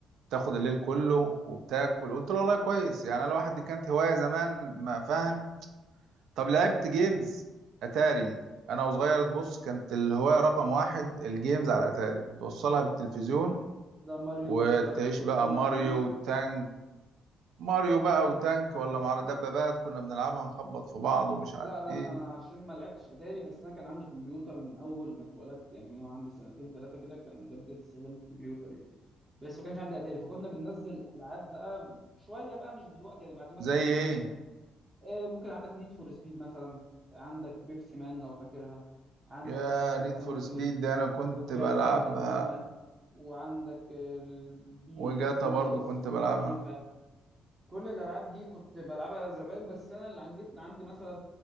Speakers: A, on the right (about 75°); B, on the right (about 30°).
A: تاخد الليل كله وبتاكل قلت له والله كويس يعني انا الواحد دي كانت هواية زمان ما فاهم طب لعبت جيمز اتاري انا وصغير بص كانت الهواية رقم واحد الجيمز على اتاري توصلها بالتلفزيون
B: ده ماريو
A: وتعيش
B: وكراش والشغل
A: بقى ماريو
B: القديم ده
A: وتانج ماريو بقى وتانك ولا مع دبابات كنا بنلعبها نخبط في بعض ومش
B: لا
A: عارف
B: لا
A: ايه
B: انا عشان ما لعبتش اتاري بس انا كان عندي كمبيوتر من اول ما اتولدت يعني من وانا عندي سنتين ثلاثه كده كان ده بدايه استخدام الكمبيوتر يعني بس ما كانش عندي اتاري فكنا بننزل العاب بقى شويه بقى مش دلوقتي يعني بعدين مثلا
A: زي
B: ممكن
A: ايه
B: آه، ممكن عندك نيد فور سبيد مثلا عندك بيبسي مان لو فاكرها عندك
A: يا
B: اساسن
A: نيد فور
B: كريد
A: سبيد دي انا كنت
B: والجاتا
A: بلعبها
B: القديمه وعندك البي
A: وجاتا
B: بي
A: برضو
B: اس
A: كنت
B: والفيفا
A: بلعبها
B: كل الالعاب دي كنت بلعبها زمان بس انا اللي جيت عندي مثلا